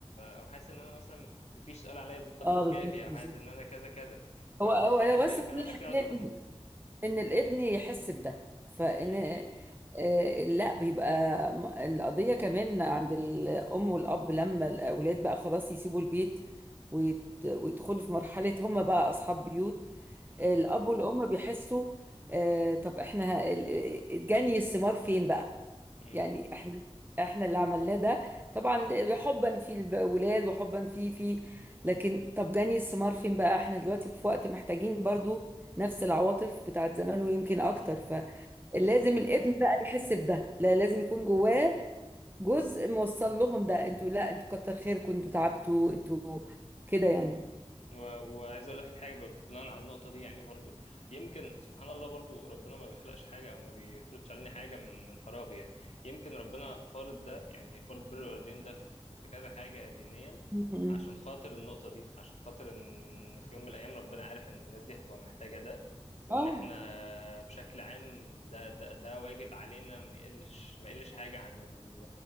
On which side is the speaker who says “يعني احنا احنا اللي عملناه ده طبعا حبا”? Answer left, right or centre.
Right